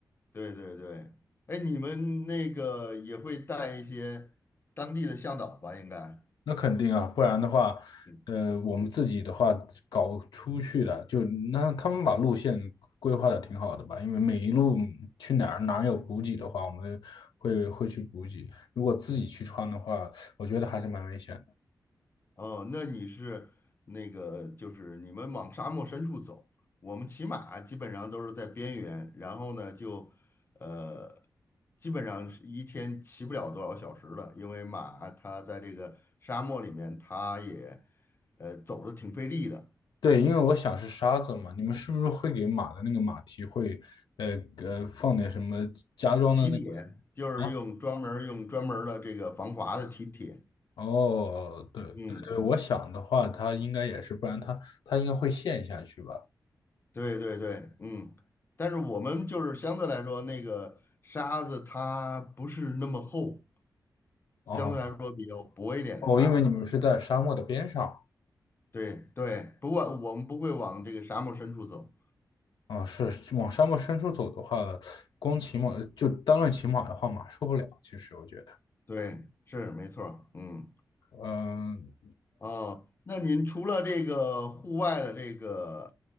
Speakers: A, on the left; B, on the left.
A: 对对对，哎，你们那个也会带一些当地的向导吧？应该，
B: 那肯定啊，不然的话，
A: 嗯
B: 呃，我们自己的话搞出去的，就那他们把路线规划的挺好的吧？因为每一路去哪儿哪儿有补给的话，我们会会去补给。如果自己去穿的话，我觉得还是蛮危险的。
A: 哦，那你是那个，就是你们往沙漠深处走，我们骑马基本上都是在边缘，然后呢就，呃，基本上是一天骑不了多少小时了，因为马它在这个沙漠里面，它也，呃，走的挺费力的，
B: 对，因为我想是沙子嘛，你们是不是会给马的那个马蹄会，呃呃，放点什么加装的那个
A: 蹄铁就是用专门儿用专门儿的这个防滑的蹄铁。
B: 啊？哦，对对对我想的话，
A: 嗯，
B: 它应该也是，不然它它应该会陷下去吧？
A: 对对对，嗯，但是我们就是相对来说，那个沙子它不是那么厚，
B: 哦。
A: 相对来说比较薄一点的沙子。
B: 哦，因为你们是在沙漠的边上
A: 对对，不过我们不会往这个沙漠深处走。
B: 啊，是是往沙漠深处走的话，光骑马就单论骑马的话，马受不了。其实我觉得，
A: 对，是没错儿。嗯，
B: 嗯，
A: 哦，那您除了这个户外的这个